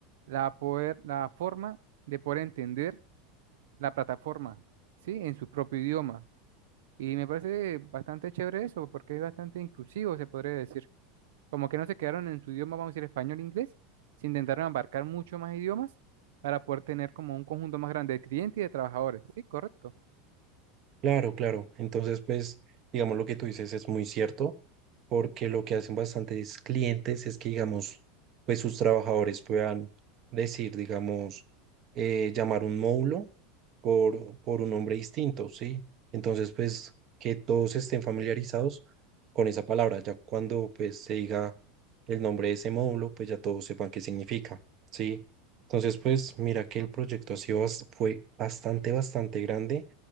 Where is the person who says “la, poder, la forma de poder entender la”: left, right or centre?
Right